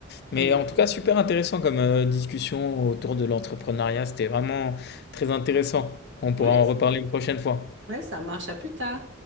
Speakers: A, on the left (about 50°); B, on the right (about 60°).
A: Mais
B: Hmm.
A: en tout cas, super intéressant comme euh, discussion autour de l'entrepreneuriat. C'était vraiment très intéressant. On pourra
B: Oui,
A: en
B: c-
A: reparler une prochaine fois.
B: ouais, ça marche. À plus tard.